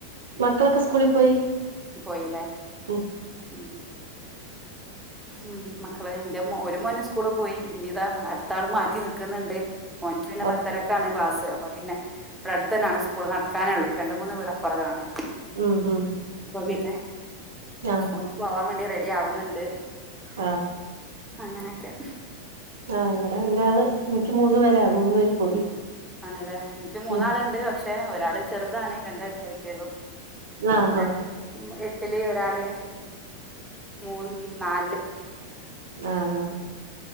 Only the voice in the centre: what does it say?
പോയിലെ
ഉം മ മക്കള ഇന്റെ ഒരു മോന സ്കൂള് പോയി ഇനിതാ അടുത്ത ആള് മാറ്റി നിക്കുന്നുണ്ട് മോൻക്ക് പിന്നെ
പത്തരക്കാണ് ക്ലാസ് അപ്പൊ പിന്നെ ഇവിടെ അടുത്തന്നാണ് സ്കൂൾ നടക്കാനേ ഉള്ളൂ രണ്ട് മൂന്ന് വീട അപ്പുറത്താണ്
പിന്നെ
ഓനി പോവാൻ വേണ്ടി റെഡി ആവുന്നുണ്ട്
അങ്ങനൊക്കെ
ആണ്ല്ലേ എനിക്കും മൂന്നാള്ണ്ട്
പക്ഷെ ഒരാള് ചെറ്താണ് രണ്ട് വയസ്സായിട്ടേയുള്ളു
ഒരാൾ
എട്ടില് ഒരാള് മൂന്ന് നാൽല് <inaudible>